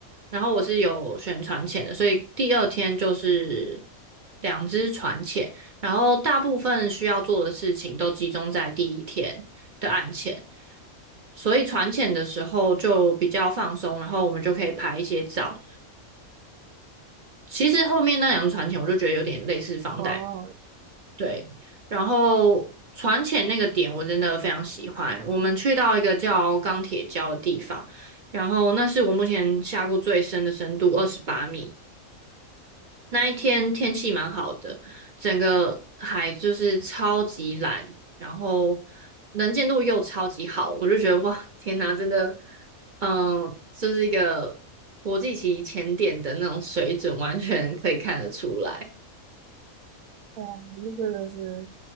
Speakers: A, on the right; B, on the right.
A: 然后我是有选船潜的，所以第二天就是两支船潜，然后大部分需要做的事情都集中在第一天的暗潜，所以船潜的时候就比较放松，然后我们就可以拍一些照。其实后面那两支船潜我就觉得有点类似房贷。
B: 哦，
A: 对，然后船潜那个点我真的非常喜欢。我们去到一个叫钢铁礁的地方，然后那是我目前下过最深的深度，二十八米。那一天天气蛮好的，整个海就是超级蓝，然后能见度又超级好，我就觉得哇，天哪，真的，嗯、这是一个国际级潜点的那种水准，完全可以看得出来。
B: 哇，那个是。